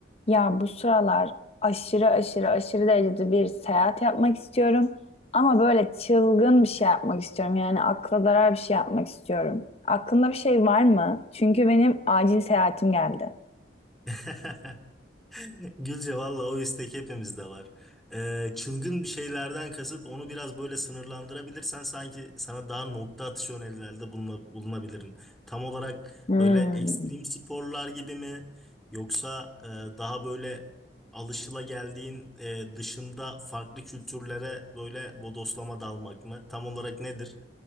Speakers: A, on the left (about 35°); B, in the centre.
A: Ya bu sıralar aşırı aşırı aşırı derecede bir seyahat yapmak istiyorum. Ama böyle çılgın bir şey yapmak istiyorum. Yani akla zarar bir şey yapmak istiyorum. Aklında bir şey var mı? Çünkü benim acil seyahatim geldi.
B: <laughs> Gülce valla o istek hepimizde var. Ee, çılgın bir şeylerden kasıt onu biraz böyle sınırlandırabilirsen sanki sana daha nokta atışı önerilerde buluna- bulunabilirim. Tam olarak
A: Hmm.
B: böyle ekstrem sporlar gibi mi yoksa e, daha böyle alışılageldiğin e, dışında farklı kültürlere böyle bodoslama dalmak mı? Tam olarak nedir?